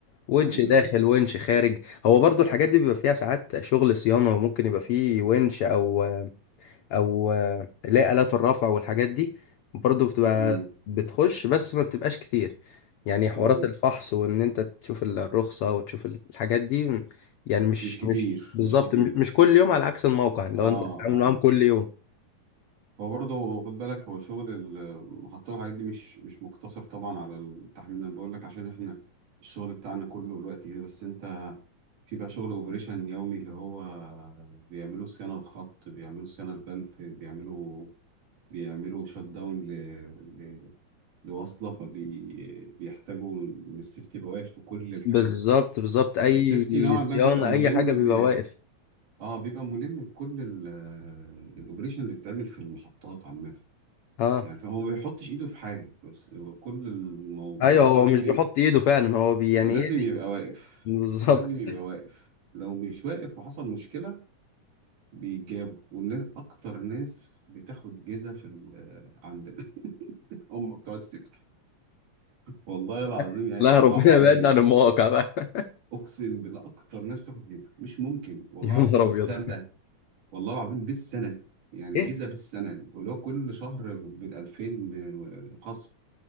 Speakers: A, on the left; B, on the right.
A: ونش
B: ايوه
A: داخل
B: ايوه
A: ونش خارج هو برضو الحاجات دي بيبقى فيها ساعات شغل صيانه وممكن يبقى فيه ونش او او آه، اللي هي آلات الرفع والحاجات دي برضو بتبقى
B: امم
A: بتخش بس ما بتبقاش كتير يعني حوارات
B: امم
A: الفحص وان انت تشوف الرخصة وتشوف الحاجات دي يعني مش
B: مش كتير
A: مش بالظبط
B: مش كتير
A: م- مش كل يوم على عكس الموقع لو
B: اه
A: انت بتتعامل
B: اه
A: معاهم كل يوم
B: هو برضه خد بالك هو شغل المحطة والحاجات دي مش مش مقتصر طبعا على التحميل انا بقول لك عشان احنا الشغل بتاعنا كله الوقت كده بس انت في بقى شغل اوبريشن يومي اللي هو بيعملوا صيانة الخط بيعملوا صيانة البلف بيعملوا بيعملوا شت داون ل... ل... لوصلة فبيحتاجوا إن السيفتي بواقف في كل الحاجات
A: بالظبط
B: دي
A: بالظبط اي
B: فالسيفتي نوعا
A: صيانة
B: ما بيبقى ملم
A: اي حاجة بيبقى واقف
B: اه بيبقى ملم بكل ال- الاوبريشن اللي بيتعمل في المحطات عامه
A: اه
B: يعني فهو ما بيحطش ايده في حاجه بس هو كل المو- الموضوع
A: ايوه هو
B: لازم
A: مش بيحط
B: ي-
A: ايده فعلا هو بي يعني
B: لازم
A: ايه
B: يبقى واقف
A: بالظبط
B: لازم يبقى واقف لو مش واقف وحصل مشكله بيجابوا والناس اكتر ناس بتاخد جزا في ال- عندنا <laughs> هم بتوع السيفتي والله العظيم
A: <laughs>
B: يعني
A: لا
B: بيصعبوا
A: ربنا
B: عليا
A: يبعدنا
B: جدا
A: عن المواقع بقى <laughs>
B: اقسم بالله اكتر ناس بتاخد جزا مش ممكن والله
A: يا نهار
B: العظيم
A: ابيض
B: بالسنه والله العظيم بالسنة يعني
A: ايه
B: جيزة بالسنة ولو كل شهر بالألفين خصم